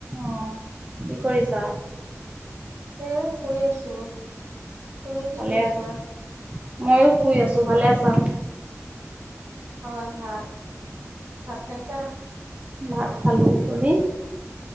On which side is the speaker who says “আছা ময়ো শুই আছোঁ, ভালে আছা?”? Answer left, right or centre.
Right